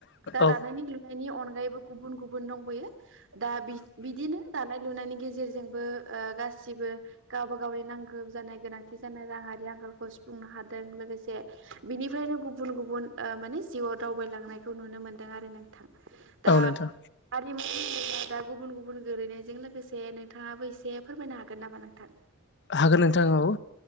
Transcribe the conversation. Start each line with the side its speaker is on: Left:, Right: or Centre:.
Right: दा
Left: औ
Right: दानायनि लुनायनि अनगायैबो गुबुन गुबुन दंबयो। दा बि बिदिनो दानाय लुनायनि गेजेरजोंबो गासिबो गावबा गावनि नांगौ जानाय गोनांथि जानाय राङारि आंखालखौ सुफुंनो हादों लोगोसे बिनिफ्रायनो गुबुन गुबुन माने जिउआव दावबायलांनाय बेखौ नुनो मोन्दों आरो नोंथां‌ दा
Left: औ नोंथां
Right: आरिमु दा गुबुन-गुबुन गोलैनायजों लोगोसे नोंथाङाबो एसे फोरमायनो हागोन नामा नोंथां?
Left: हागोन नोंथां औ।